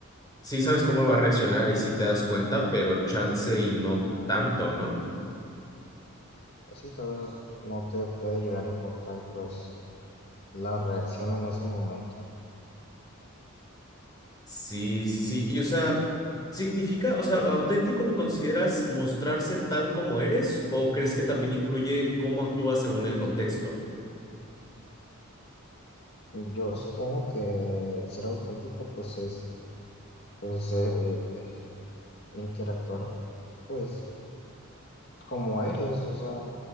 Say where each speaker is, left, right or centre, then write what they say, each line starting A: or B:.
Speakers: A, on the left; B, on the left.
A: Sí sabes cómo va a reaccionar y sí te das cuenta, pero chance y no tanto, ¿no?
B: Así tal vez no te puede llegar a importar pues la reacción en ese momento.
A: Sí, sí, sí. Y o sea, ¿significa, o sea, auténtico lo consideras mostrarse tal como eres o crees que también incluye cómo actúas según el contexto?
B: Yo supongo que ser auténtico pues es pues eh, eh, interactuar pues como eres, o sea,